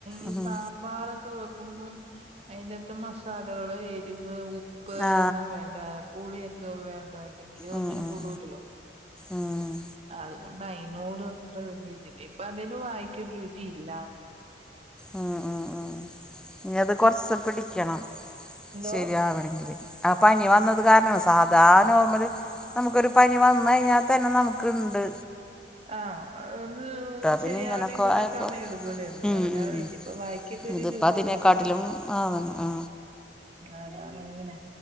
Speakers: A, on the right; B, in the centre.
A: ഇ
B: ഉം.
A: സാമ്പാരൊക്കെ വെക്കുമ്പം അതിന്റെത്ത് മസാലകള് എരിവ് ഉ പ്പ്
B: ആ
A: ഇതെല്ലാം വേണ്ട പുളിയൊക്കെ വേണ്ടല്ലെങ്കിൽ ഇങ്ങനെ
B: ഉം,
A: ഒന്നിനും
B: ഉം,
A: കൊള്ളൂല്ലല്ലോ
B: ഉം.
A: അതുകൊണ്ട് അയിതിനോട് അത്ര വല്യ ഇതില്ലേ ഇപ്പൊ അതിനും വായിക്കരു രുചി ഇല്ല
B: ഉം ഉം ഉം ഇനി അത് കുറച്ച് പിടിക്കണം
A: എന്തോ
B: ശരിയാവണമെങ്കിൽ ആഹ് പനി വന്നത് കാരണംമാണ് സാധാരണ നോർമ്മല് നമുക്കൊരു പനി വന്ന് കഴിഞ്ഞാൽ തന്നെ നമുക്ക്ണ്ട്
A: ആഹ ഒന്ന് ഒന്ന്
B: പിന്നെ
A: ശരിയാവണെങ്കിൽ
B: ഇങ്ങനൊക്കെ
A: കൊറെേ
B: ആയപ്പോൾ
A: സമയം ഇടുപൂലേ എന്ന്
B: ഉം
A: പറഞ്ഞാ
B: ഉം
A: ഇനിയിപ്പോ വായിക്കൊക്കെ ഒരു
B: ഇതിപ്പോൾ
A: രുചി
B: അതിനെക്കാട്ടിലും
A: വരണം
B: ആവുന്നു ആ
A: ആതങ്ങനെ